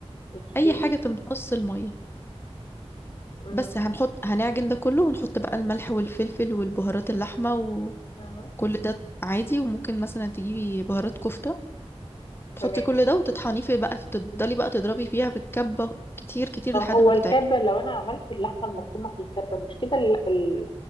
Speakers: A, on the left (about 45°); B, on the left (about 20°).
A: اوكي
B: أي حاجة تمتص المية
A: مم.
B: بس هنحط هنعجن ده كله ونحط بقى الملح والفلفل والبهارات اللحمة وكل
A: مم.
B: ده عادي وممكن مثلا تجيبي بهارات كفتة تحطي
A: تمام
B: كل ده وتطحنيه في بقى فتفضلي بقى تضربي فيها في الكبة كتير كتير
A: هو
B: لحد ما
A: الكبة
B: تتعجن
A: لو أنا عملت اللحمة المفرومة في الكبة مش كده ال- ال-